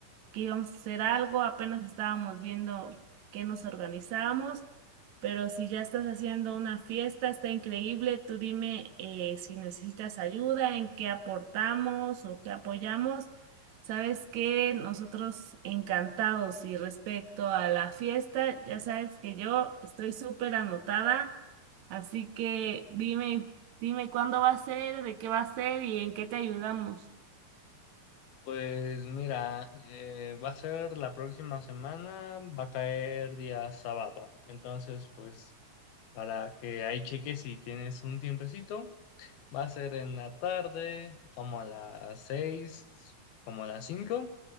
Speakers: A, on the right (about 55°); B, on the left (about 75°).
A: que íbamos a hacer algo, apenas estábamos viendo qué nos organizamos, pero si ya estás haciendo una fiesta, está increíble, tú dime eh, si necesitas ayuda, en qué aportamos o qué apoyamos. Sabes que nosotros encantados y respecto a la fiesta, ya sabes que yo estoy súper anotada, así que dime, dime cuándo va a ser, de qué va a ser y en qué te ayudamos.
B: Pues mira, eh, va a ser la próxima semana, va a caer día sábado. Entonces, pues para que ahí cheques si tienes un tiempecito, va a ser en la tarde, como a las seis, como a las cinco.